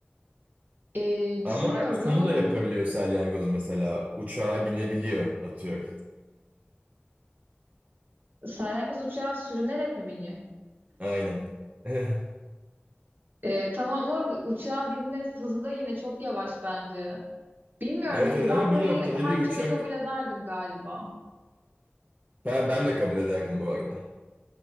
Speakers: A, on the right; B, on the right.
A: e,
B: Ama
A: düşünüyorum
B: şunu da yapabiliyor salyangoz mesela. Uçağa binebiliyor atıyorum.
A: salyangoz uçağa sürünerek mi biniyor?
B: <laughs> Aynen. <laughs>
A: E, tamam ama uçağa binme hızı da yine çok yavaş bence. Bilmiyorum
B: Evet,
A: hani
B: evet
A: ben
B: ama
A: parayı
B: bir noktada
A: her
B: bir uçak
A: türlü kabul ederdim galiba.
B: ben ben de kabul ederdim bu arada.